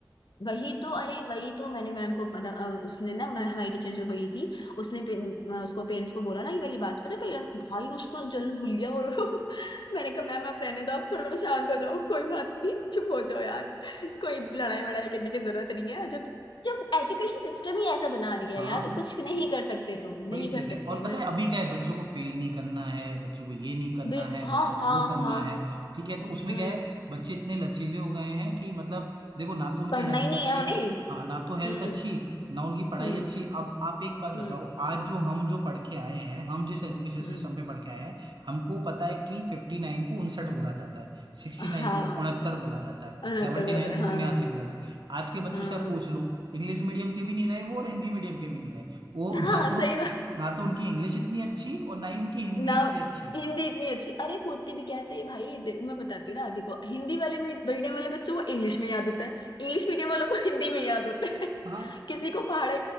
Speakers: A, on the left; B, on the right.
A: वही तो अरे वही तो मैंने मैम को पता अ, उसने ना मैं- हमारी टीचर जो बड़ी थी उसने पे, म, उसको पेरेंट्स को बोला ना ये वाली बात पता पेरेंट भाई उसको जलन भूल गया वो <laughs> मैंने कहा मैम आप रहने दो आप थोड़ा शांत हो जाओ कोई बात नहीं चुप हो जाओ यार कोई लड़ाई वड़ाई करने की जरूरत नहीं है जब जब एजुकेशन सिस्टम ही ऐसा बना दिया
B: हाँ
A: है यार तो कुछ नहीं कर सकते तुम
B: वही
A: नहीं
B: चीज
A: कर
B: है
A: सकते
B: और पता
A: मैं
B: है अभी क्या है बच्चों को फेल नहीं करना है बच्चों को ये नहीं करना
A: बिल
B: है
A: हाँ
B: बच्चों को
A: हाँ
B: वो करना
A: हाँ
B: है ठीक है तो उसमें
A: हम्म
B: क्या है बच्चे इतने लचीले हो गए हैं कि मतलब देखो ना तो उनकी
A: पढ़ना
B: हेल्थ
A: ही नहीं
B: अच्छी
A: है उन्हें
B: हाँ ना तो हेल्थ
A: हम्म
B: अच्छी ना उनकी पढ़ाई
A: हम्म
B: अच्छी अब आप एक बात बताओ
A: हम्म
B: आज जो हम जो पढ़ के आए हैं हम जिस एजुकेशन
A: हम्म
B: सिस्टम पे पढ़ के आए हैं हमको पता है कि फिफ्टी नाइन को उनसठ बोला जाता है सिक्सटी
A: हाँ
B: नाइन को उनहत्तर बोला जाता है
A: अनहत्तर
B: सेवेंटी
A: बोला
B: नाइन को
A: था, हाँ
B: उन्यासी बोला जाता है आज के बच्चों
A: हम्म
B: से आप पूछ लो इंग्लिश मीडियम के भी नहीं रहे वो और हिंदी मीडियम के भी नहीं रहे वो
A: हाँ
B: ना तो
A: सही बात
B: ना तो उनकी इंग्लिश इतनी अच्छी और ना ही उनकी हिंदी
A: ना
B: इतनी अच्छी
A: हिंदी इतनी अच्छी अरे होती भी कैसे है भाई दे, मैं बताती हूँ ना देखो हिंदी वाले मीडियम वाले बच्चों को इंग्लिश में याद होता है इंग्लिश मीडियम वालों को <laughs> हिंदी में याद होता है <laughs>
B: हाँ
A: किसी को पहाड़े